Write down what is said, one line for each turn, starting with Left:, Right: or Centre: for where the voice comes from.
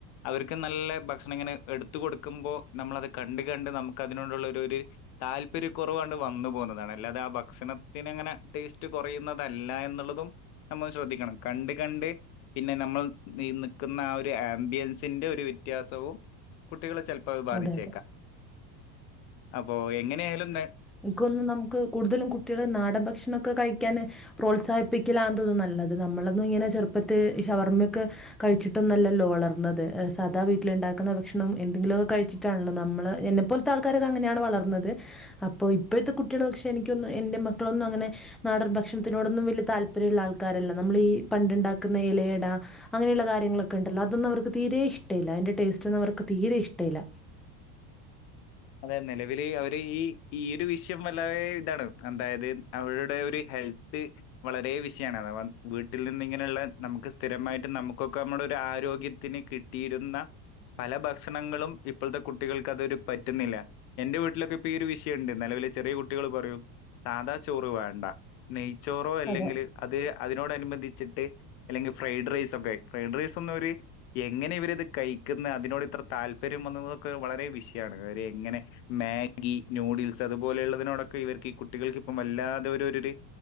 Left: അവർക്ക് നല്ല ഭക്ഷണം ഇങ്ങനെ എടുത്തു കൊടുക്കുമ്പോ നമ്മളത് കണ്ട് കണ്ട് നമുക്ക് അതിനോടുള്ള ഒരു താല്പര്യ കോറവാ വന്നു പോകുന്നതാണ് അല്ലാതെ ആ ഭക്ഷണത്തിന്ങ്ങനെ ടേസ്റ്റ് കോറയുന്നതല്ല എന്നുള്ളതും നമ്മള് ശ്രദ്ധിക്കണം കണ്ട് കണ്ട് പിന്നെ നമ്മൾ നിക്കുന്ന ആ ഒരു ആംബിയൻസിന്റെ ഒരു വ്യത്യാസവും കു കുട്ടികളെ ചിലപ്പോ അത് ബാധിച്ചേക്കാം.
Centre: അതെ അതെ
Left: അപ്പൊ എങ്ങനെയ ആയാലും
Centre: ഇക്കോന്ന് നമുക്ക് കൂടുതലും കുട്ടികള് നാട ഭക്ഷണംഓക്കെ കഴിക്കാൻ പ്രോത്സാഹിപ്പിക്കില്ലാ തോന്നും നല്ലത് നമ്മളൊന്നും ഇങ്ങനെ ചെറുപ്പത്തി ഷവർമ്മയൊക്കെ കഴിച്ചിട്ടൊന്നല്ലല്ലോ വളർന്നത് സാദാ വീട്ടിലുണ്ടാക്കുന്ന ഭക്ഷണം എന്തെങ്കിലു കഴിച്ചിട്ടാണല്ലോ നമ്മൾ എന്നെപ്പോലത്തെ ആൾക്കാരൊക്കെ അങ്ങനെയാണ് വളർന്നത്. അപ്പോൾ ഇപ്പോഴത്തെ കുട്ടികൾ പക്ഷെ എനിക്കൊന്നും എൻ്റെ മക്കളൊന്നും അങ്ങനെ നാടൻ ഭക്ഷണത്തിനോടൊന്നും വല്യ താല്പര്യമുള്ള ആൾക്കാരല്ല. നമ്മളീ പണ്ടിണ്ടാക്കുന്ന ഇലയട അങ്ങനെയുള്ള കാര്യങ്ങളൊക്കെ ഉണ്ടല്ലോ അതൊന്നും അവർക്ക് തീരേ ഇഷ്ടല്ല. അതിൻ്റെ ടേസ്റ്റ്ഓന്നും അവർക്ക് തീരെേ ഇഷ്ടല്ല.
Left: അതെ നിലവിൽ അവര് ഈ ഈയൊരു വിഷയം വളരെ ഇതാണ് അതായത് അവരുടെ ഒരു ഹെൽത്ത് വളരേ വിഷയമാണ് അതാ വ വീട്ടിൽ നിന്ന് ങ്ങനെയുള്ള നമുക്ക് സ്ഥിരമായിട്ട് നമുക്കൊ ക്കെ നമ്മുടെ ഒരു ആരോഗ്യത്തിന് കിട്ട തീരുന്ന പല ഭക്ഷണങ്ങളും ഇപ്പോഴത്തെ കുട്ടികൾക്ക് അതൊരു പ പറ്റുന്നില്ല എന്റെ വീട്ടിലൊക്കെ ഇ ഒരു വിഷയുണ്ട്. നിലവിലെ ചെറിയ കുട്ടികൾ പറയും സാദാ ചോറ് വേണ്ട ചോറോ അല്ലെങ്കിൽ
Centre: അതെ
Left: അത് അതിനോടനുബന്ധിച്ചിട്ട് അല്ലെങ്കിൽ ഫ്രൈഡ് റൈസ് ഒക്കെ ഫ്രൈഡ് റൈസ് ഒന്നും അവര് എങ്ങനെ ഇവരത് കഴിക്കുന്ന അതിനോട് ഇത്ര താല്പര്യം വന്നുന്നതൊക്കെ വളരെ വിഷയാ <unintelligible> ഇങ്ങനെ മാഗി നൂഡിൽസ് അതുപോലെയുള്ളതിനോടൊക്കെ ഇവർക്ക് ഈ കുട്ടികൾക്ക് ഇപ്പം വല്ലാതെ ഒരു ഒരരൊര്